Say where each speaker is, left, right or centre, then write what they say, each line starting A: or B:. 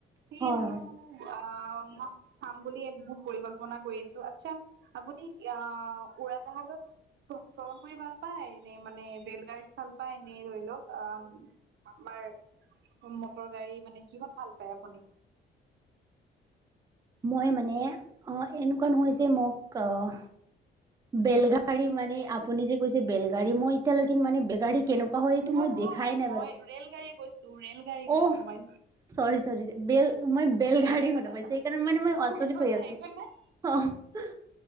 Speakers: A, on the right; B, on the right.
A: সেয়ে
B: হয়
A: বোলো
B: হয়
A: আহ মই চাম বুলিএ পৰিকল্পনা কৰি আছো আচ্ছা। আপুনি আহ উৰাজাহাজত। <unintelligible> কৰি ভাল পায় নে মানে বেল গাড়ী ভাল পায় এনে ধৰি লওক আহ আমাৰ। মটৰ গাড়ী মানে কিহত ভাল পায় আপুনি
B: মই মানে অহ এনেকুৱা নহয় যে মোক‌ অহ বেলগাড়ী মানে আপুনি যে কৈছে বেলগাড়ী মই এতিয়ালৈকে মানে বেলগাড়ী কেনেক কেনেকুৱা হয় এইটো
A: নহয়
B: মই
A: নহয়
B: দেখাই নাই
A: মই
B: বাৰু
A: ৰেল গাড়ী কৈছো ৰেল গাড়ী
B: অ
A: কৈছো
B: চৰি চৰি বেল মই বেল-বেলগাড়ী
A: একো
B: শুনা
A: নাই একো
B: পাইছোঁ
A: নাই
B: সেইকাৰণে মানে মই আচৰিত
A: একো
B: হৈ
A: নাই
B: আছো
A: একো
B: অহ